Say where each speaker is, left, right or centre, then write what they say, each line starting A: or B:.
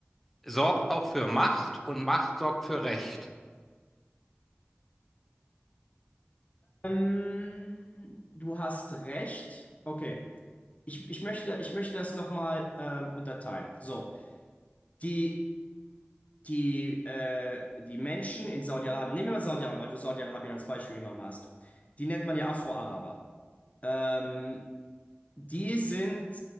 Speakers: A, in the centre; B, on the left (about 35°).
A: sorgt auch für Macht und Macht sorgt für Recht.
B: ähm, du hast recht. Okay. Ich, ich möchte, ich möchte das nochmal ähm, unterteilen. So, die die, äh, die Menschen in Saudi-Arabien, nehmen wir mal Saudi-Arabien, weil du Saudi-Arabien als Beispiel genommen hast, die nennt man ja Afro-Araber. Ähm, die sind,